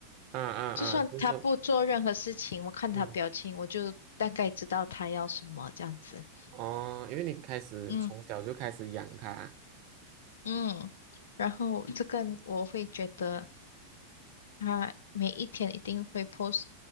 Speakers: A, on the right (about 40°); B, on the left (about 65°).
A: 啊啊啊，
B: 就算他不做任何事情，
A: 就是，
B: 我看他表情，
A: 嗯，
B: 我就大概知道他要什么这样子。
A: 哦，因为你开始从小就开始养它，
B: 嗯。嗯，然后这个我会觉得他每一天一定会 post，